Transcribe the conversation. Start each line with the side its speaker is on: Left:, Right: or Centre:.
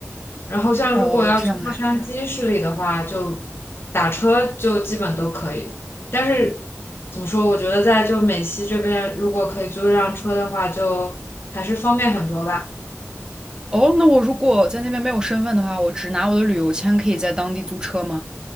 Left: 然后像如果要去洛杉矶市里的话，
Right: 哦，这样啊。
Left: 就打车就基本都可以。但是怎么说，我觉得在就美西这边，如果可以租一辆车的话，就还是方便很多吧。
Right: 哦，那我如果在那边没有身份的话，我只拿我的旅游签，可以在当地租车吗？